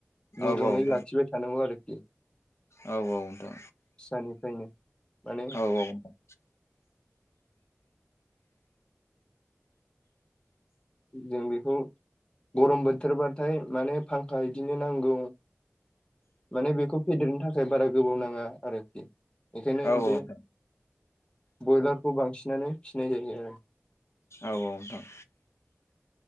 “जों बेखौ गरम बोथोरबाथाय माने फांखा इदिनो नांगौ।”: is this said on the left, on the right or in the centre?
Left